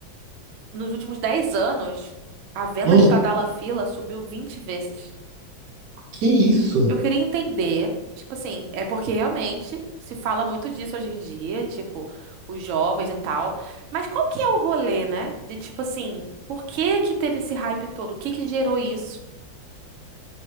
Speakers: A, on the right; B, on the right.
A: nos últimos 10 anos a venda
B: Hum,
A: de Tadala Fila subiu 20 vezes.
B: que isso?
A: Eu queria entender, tipo assim, é porque realmente se fala muito disso hoje em dia, tipo, os jovens e tal. Mas qual que é o rolê, né? De tipo assim, por que que teve esse hype todo? O que que gerou isso?